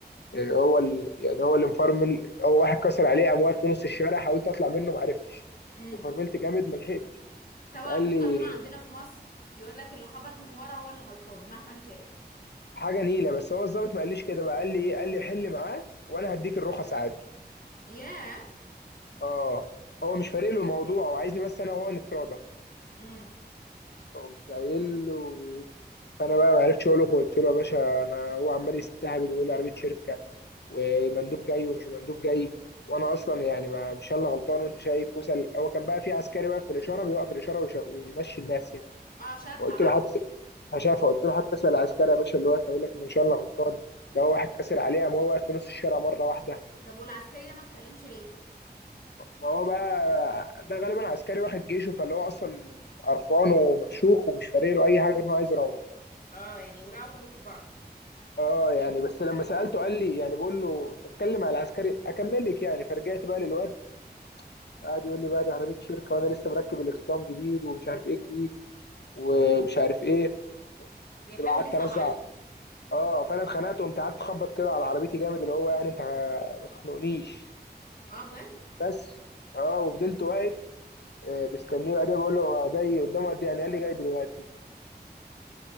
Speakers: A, on the left; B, on the left.
A: يعني هو ال... يعني هو اللي مفرمل هو واحد كسر عليه قام واقف في نص الشارع حاولت اطلع منه ما عرفتش
B: امم
A: وفرملت جامد ما لحقتش
B: طبعا
A: فقال
B: في
A: لي
B: قانون عندنا في مصر يقول لك اللي خبط من ورا هو اللي غلطان مهما كان
A: حاجه نيله بس هو الظابط ما قاليش كده بقى قال لي ايه قال لي حل معاه وانا هديك الرخص عادي
B: ياه
A: اه هو مش فارق له الموضوع هو عايزني بس انا وهو نتراضى
B: امم
A: فقمت قايل له فانا بقى ما عرفتش اقول له قلت له يا باشا انا هو عمال يستهبل ويقول لي عربيه شركه ومندوب جاي ومش مندوب جاي وانا اصلا يعني ما مش انا اللي غلطان وانت شايف وصل هو كان بقى في عسكري واقف في الاشاره بيوقف الاشاره ويش- ويمشي الناس يعني
B: اه شافها
A: فقلت
B: بقى
A: له حتى شايف قلت له حتى اسال العسكري يا باشا اللي واقف يقول لك ان مش انا اللي غلطان ده هو واحد كسر عليه قام هو واقف في نص الشارع مره واحده
B: طب والعسكري ده ما اتكلمش ليه
A: ما هو بقى ده غالبا عسكري واحد جيشه فاللي هو اصلا قرفان ومفشوخ ومش فارق له اي حاجه غير انه عايز يروح
B: اه يعني ولعوا كلكم في بعض
A: اه يعني بس لما سالته قال لي يعني بقول له بتكلم على العسكري اكمل لك يعني فرجعت بقى للواد قعد يقول لي بقى دي عربيه شركه وانا لسه مركب الاكسدام جديد ومش عارف ايه جديد ومش عارف ايه قمت
B: بيحاول
A: بقى قعدت
B: يصعب
A: ارزع
B: عليه
A: اه فانا اتخنقت وقمت قعدت اخبط كده على عربيتي جامد اللي هو يعني انت ما تخنقنيش
B: اه بجد
A: بس اه وفضلت واقف آه، مستنيه بعدين بقول له جاي قدامه قد ايه يعني قال لي جاي دلوقتي